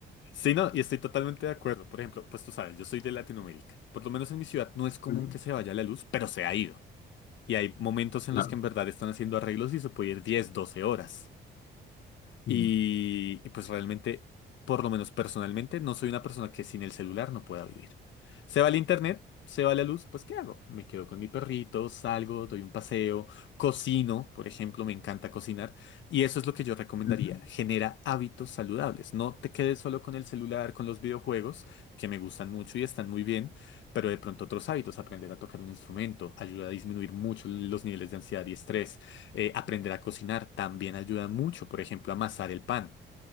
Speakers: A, on the left; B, on the left.
A: Sí, no, y estoy totalmente de acuerdo. Por ejemplo, pues tú sabes, yo soy de Latinoamérica. Por lo menos en mi ciudad no es común
B: Ujú.
A: que se vaya la luz, pero se ha ido. Y hay momentos en
B: Claro.
A: los que en verdad están haciendo arreglos y se puede ir 10, 12 horas. Y,
B: Mm.
A: y pues realmente, por lo menos personalmente, no soy una persona que sin el celular no pueda vivir. Se va el internet, se va la luz, pues ¿qué hago? Me quedo con mi perrito, salgo, doy un paseo, cocino, por ejemplo, me encanta cocinar. Y eso es lo que yo recomendaría.
B: Ujú.
A: Genera hábitos saludables. No te quedes solo con el celular, con los videojuegos, que me gustan mucho y están muy bien, pero de pronto otros hábitos, aprender a tocar un instrumento, ayuda a disminuir mucho los niveles de ansiedad y estrés eh, aprender a cocinar también ayuda mucho, por ejemplo, a amasar el pan.